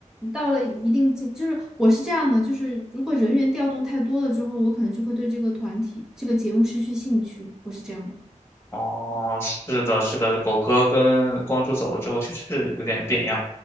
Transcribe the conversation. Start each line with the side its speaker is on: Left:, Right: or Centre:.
Centre: 到了一定境，就是我是这样的，就是如果人员调动太多了之后，我可能就会对这个团体、这个节目失去兴趣，我是这样的。
Left: 哦，是的，是的，狗哥跟光洙走了之后，确实是有点变样。